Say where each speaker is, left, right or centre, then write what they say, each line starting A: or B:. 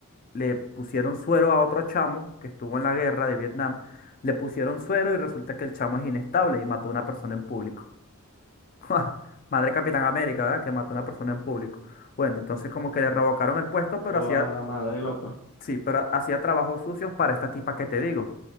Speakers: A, on the left (about 40°); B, on the left (about 85°).
A: le pusieron suero a otro chamo que estuvo en la guerra de Vietnam. Le pusieron suero y resulta que el chamo es inestable y mató a una persona en público. <laughs> Madre Capitán América, ¿verdad? Que mató a una persona en público. Bueno, entonces como que le revocaron el puesto, pero
B: Guara
A: hacía,
B: madre, loco.
A: sí, pero hacía trabajos sucios para esta tipa que te digo.